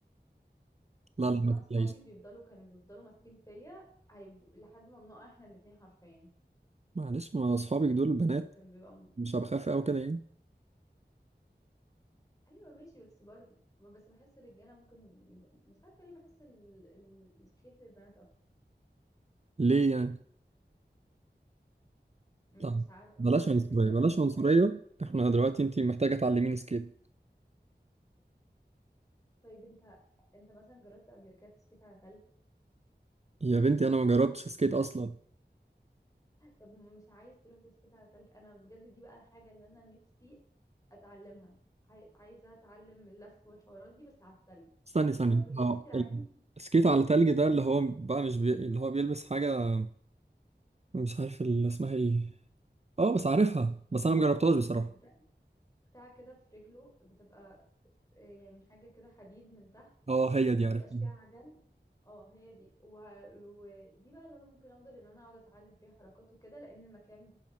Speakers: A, on the right; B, on the left.
A: لا
B: اصلا
A: لا ما
B: انا
A: تقلقيش
B: صحابي بيفضلوا كانوا بيفضلوا ماسكين فيا هيب... لحد ما بنقع احنا الاثنين حرفيا
A: معلش ما اصحابك دول البنات
B: لو كان بيبقى م-
A: مش هبقى خايف قوي كده يعني
B: ايوه ماشي بس برضو بس بحس الرجاله ممكن يبقى- مش عارفه ليه بحس ال- ال- السكيت للبنات اكتر
A: ليه يعني؟
B: م-
A: لا
B: مش عارف
A: بلاش
B: هو
A: عنصرية
B: للرجاله
A: بلاش
B: وكل
A: عنصرية
B: حاجه
A: احنا دلوقتي انت محتاجة تعلميني سكيت
B: طيب انت انت مثلا جربت قبل كده تسكيت على تلج
A: يا بنتي انا ما جربتش سكيت اصلا
B: طب مش عايز تروح تسكيت على تلج انا بجد دي بقى الحاجه اللي انا نفسي اتعلمها عاي- عايزه اتعلم اللف والحوارات دي بس على التلج
A: استني
B: انما
A: ثانية
B: بالسكيت
A: اه
B: العادي
A: ال- السكيت على تلج ده اللي هو بقى مش بي... اللي هو بيلبس حاجة مش عارف اللي اسمها ايه اه بس عارفها بس انا مجربتهاش بصراحة
B: بتاع, بتاع كده في رجله بتبقى آه، يعني حاجه كده حديد من تحت
A: اه هي دي
B: ما
A: عرفتها
B: بيبقاش فيها عجل اه هي دي وه... ودي بقى اللي انا ممكن اقدر ان انا اقعد اتعلم فيها حركات وكده لان المكان